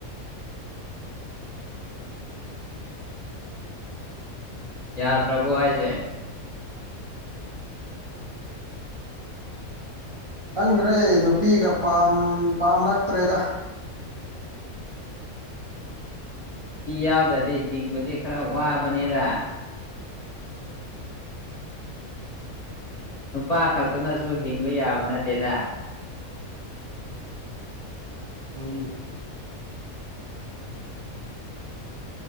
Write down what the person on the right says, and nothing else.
ꯈꯪꯗ꯭ꯔꯦ ꯅꯨꯄꯤꯒ ꯄꯥꯝ ꯄꯥꯝꯂꯛꯇ꯭ꯔꯦꯗ
ꯑꯗꯨꯅꯤ